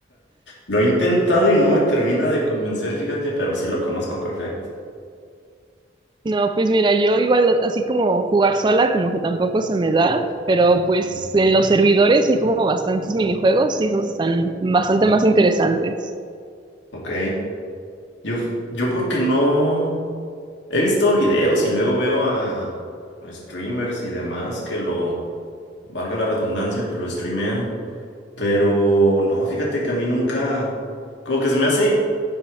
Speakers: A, on the left (about 85°); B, on the right (about 25°).
A: Lo he intentado y no me termina de convencer, fíjate, pero sí lo conozco perfecto.
B: No, pues mira, yo igual así como jugar sola, como que tampoco se me da, pero pues
A: Ujú.
B: en los servidores hay como bastantes minijuegos y esos están bastante más interesantes.
A: Ok. Yo, yo porque no he visto videos y luego veo a, a streamers y demás que lo, valga la redundancia, pues lo streamean. Pero no, fíjate que a mí nunca, como que se me hace